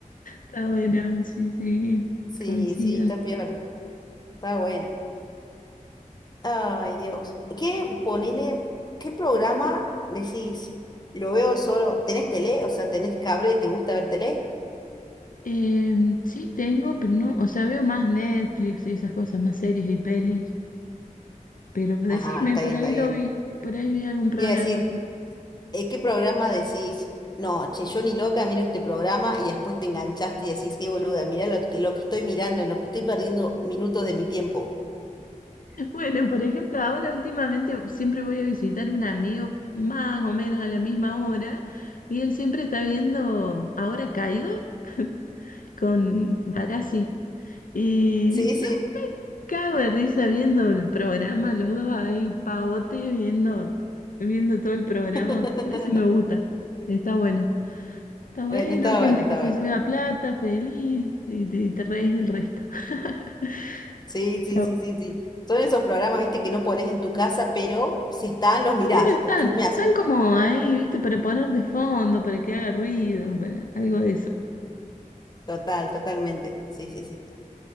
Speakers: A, on the left (about 80°); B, on the left (about 30°).
A: Está bueno, sí, sí.
B: Sí,
A: Coincido.
B: sí, está piola, está buena. Ay, Dios. ¿Qué, ponele, qué programa decís? Lo veo solo, ¿tenés tele? O sea, ¿tenés cable? ¿Te gusta ver tele?
A: Em, sí, tengo, pero no, o sea, veo más Netflix y esas cosas, más series y pelis, pero decime,
B: Ah, está
A: por
B: bien,
A: ahí
B: está bien.
A: lo vi, por ahí vi algún programa.
B: Te iba a decir,
A: <laughs>
B: ¿Eh, ¿Qué programa decís? No, che, yo ni loca miro este programa y después te enganchaste y decís, qué boluda, mirá lo que, lo que estoy mirando, en lo que estoy perdiendo minutos de mi tiempo.
A: Bueno, por ejemplo, ahora últimamente siempre voy a visitar un amigo más o menos a la misma hora y él siempre está viendo Ahora Caigo <laughs> con Barassi y
B: Sí,
A: no,
B: sí.
A: cago de risa viendo el programa, los dos ahí pavotes viendo, viendo todo el programa,
B: <laughs>
A: ese me gusta, está bueno. Está bueno,
B: Bueno, está
A: gente
B: bueno, está
A: que se
B: bueno.
A: lleva plata, feliz, y te, te reís del resto. <laughs>
B: Sí, sí,
A: Pero
B: sí, sí, sí. Son esos programas, viste, que no pones en tu casa, pero si están, los mirás,
A: Pero están,
B: los chusmeás.
A: están como ahí, ¿viste? Para poner de fondo, para que haga ruido, para algo de eso.
B: Total, totalmente. Sí, sí, sí.